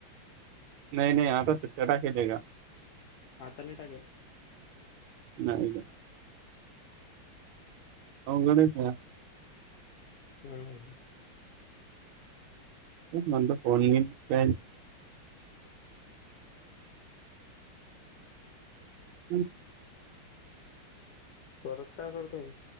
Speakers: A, on the right (about 80°); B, on the left (about 80°).
A: नाही नाही आता सुट्या टाकायच्या आहे का
B: आता नाही टाकेल
A: नाही का हो गणेश भाऊ
B: हम्म
A: नंतर फोन बिन काही नाही हम्
B: परत काय करतोय